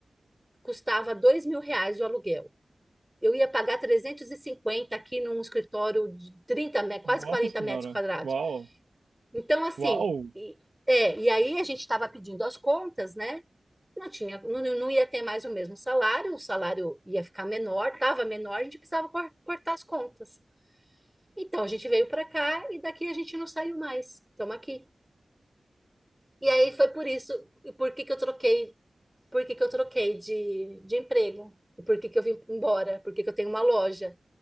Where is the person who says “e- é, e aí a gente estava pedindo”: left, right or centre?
Centre